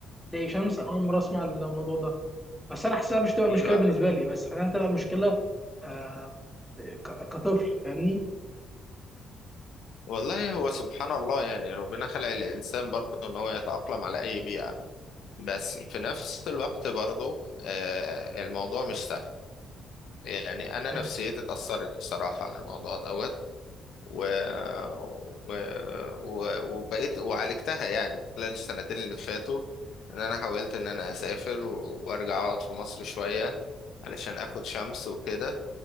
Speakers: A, in the centre; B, on the left.
A: تلاقي شمس انا اول مره اسمع الموضوع ده بس انا حاسسها مش تبقى
B: ايوه
A: مشكله بالنسبه لي بس حاسسها تبقى مشكله آه ك- كطفل فاهمني
B: والله هو سبحان الله يعني ربنا خلق الانسان برضه ان هو يتأقلم على اي بيئة بس في نفس الوقت برضه آه، الموضوع مش سهل يعني انا
A: آه،
B: نفسيتي اتأثرت بصراحة من الموضوع دوت و... و... و... وبقيت وعالجتها يعني خلال السنتين اللي فاتوا ان انا حاولت ان انا اسافر و... وارجع اقعد في مصر شوية علشان اخد شمس وكده